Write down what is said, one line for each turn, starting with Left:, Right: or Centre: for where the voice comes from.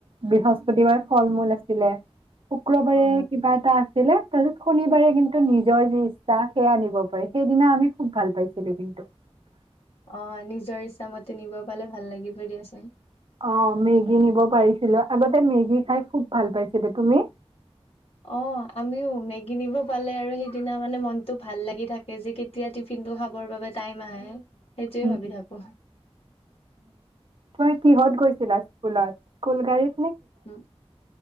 Right: বৃহস্পতিবাৰে ফল মূল আছে। <unintelligible> শুক্ৰবাৰে
Left: অ
Right: কিবা এটা আ। ছিলে তাৰপিছত শনিবাৰে কিন্তু নিজৰ যি ইচ্ছা সেয়া আনিব পাৰে সেইদিনা আমি খুব ভাল পাইছিলো কিন্তু।
Left: অ নিজৰ ইচ্ছামতে নিব পালে ভাল লাগিব দিয়াচোন।
Right: অ মেগী নিব পাৰিছিলো আগতে মেগী খাই খুব ভাল পাইছিলো তুমি।
Left: অ আমিও মেগী কিনিব পালে আৰু সেইদিনা মানে মনতটো ভাল লাগি থাকে যে কেতিয়া টিফিন টো খাবৰ বাবে টাইম আহে। সেইটোয়ে
Right: উম
Left: ভাবি থাকো
Right: তুম কিহত গৈছিলা স্কুলত। কলগাডীত।
Left: উম